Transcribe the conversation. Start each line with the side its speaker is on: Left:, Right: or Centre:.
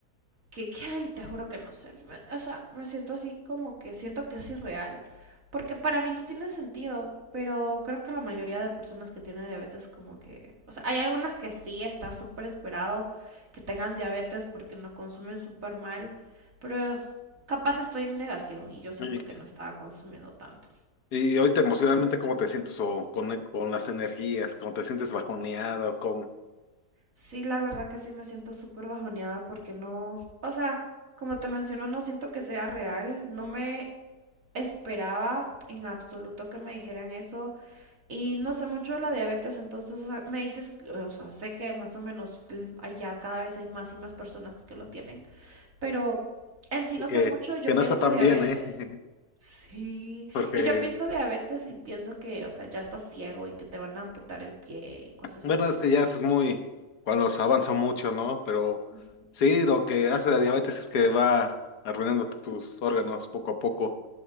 Right: que, que, ay, te juro que no sé. Me- O sea, me siento así como que siento que es irreal. Porque para mí no tiene sentido, pero creo que la mayoría de personas que tienen diabetes como que, o sea, hay algunas que sí está súper esperado que tengan diabetes porque no consumen súper mal, pero capaz estoy en negación y yo siento
Left: Y,
Right: que no estaba consumiendo tanto.
Left: y ahorita emocionalmente, ¿cómo te sientes? O con, e, con las energías, ¿cómo te sientes bajoneada o cómo?
Right: Sí, la verdad que sí me siento súper bajoneada porque no, o sea, como te menciono, no siento que sea real, no me esperaba en absoluto que me dijeran eso. Y no sé mucho de la diabetes, entonces o sea, me dices, eh, o sea, sé que más o menos allá cada vez hay más y más personas que lo tienen, pero en sí no
Left: Que,
Right: sé mucho, yo
Left: que no
Right: pienso
Left: está tan
Right: diabetes.
Left: bien, ¿eh? <laughs>
Right: Sí,
Left: Porque,
Right: y yo pienso diabetes y pienso que, o sea, ya estás ciego y que te van a amputar el pie y cosas
Left: bueno,
Right: así.
Left: es que ya eso es muy, cuando se avanza mucho, ¿no? Pero
Right: Ujú,
Left: sí, lo que hace la diabetes es que va arruinándote tus órganos poco a poco.